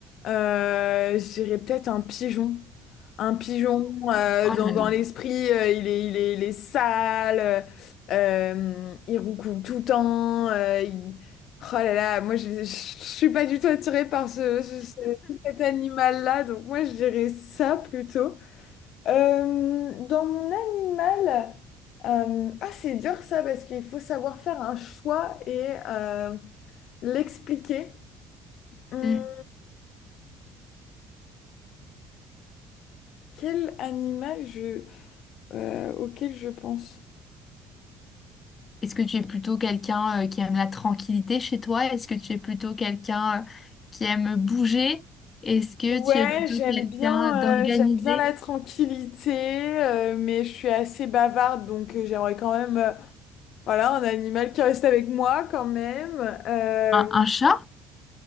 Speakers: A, on the left (about 55°); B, on the left (about 25°).
A: Euh, je dirais peut-être un pigeon. Un pigeon, euh,
B: Oh
A: dans,
B: là
A: dans
B: là.
A: l'esprit, euh, il est, il est, il est sale, euh, euh, il roucoule tout le temps. euh, il- Oh là là, moi je, je, suis pas du tout attirée par ce, ce- ce- cet animal-là, donc moi je dirais ça plutôt. Euh, dans mon animal, euh, ah, c'est dur ça parce qu'il faut savoir faire un choix et euh, l'expliquer. Hum,
B: Mm.
A: Quel animal je, euh, auquel je pense?
B: Est-ce que tu es plutôt quelqu'un euh, qui aime la tranquillité chez toi? Est-ce que tu es plutôt quelqu'un euh, qui aime bouger? Est-ce que
A: Ouais,
B: tu es plutôt
A: j'aime
B: quelqu'un
A: bien,
B: d'organisé?
A: euh, j'aime bien la tranquillité, euh, mais je suis assez bavarde, donc euh, j'aimerais quand même, euh, voilà, un animal qui reste avec moi quand même. Euh,
B: Un, un chat?